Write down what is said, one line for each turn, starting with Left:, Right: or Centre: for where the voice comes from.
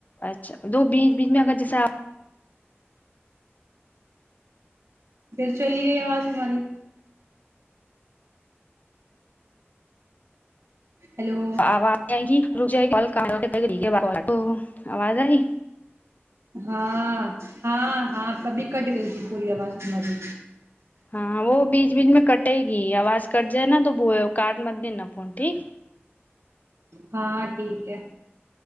Left: اچھا دو بیچ بیچ میں اگر جس <unintelligible>
Right: پھر چلی گئی آواز تہاری
Left: <unintelligible>
Right: ہیلو
Left: <unintelligible> آئی
Right: ہاں ہاں ہاں ابھی کٹ گئی تھی پوری آواز تمہاری
Left: ہاں وہ بیچ بیچ میں کٹے گی آواز کٹ جائے نا تو وہ کارڈ مت دینا فون ٹھیک
Right: ہاں ٹھیک ہے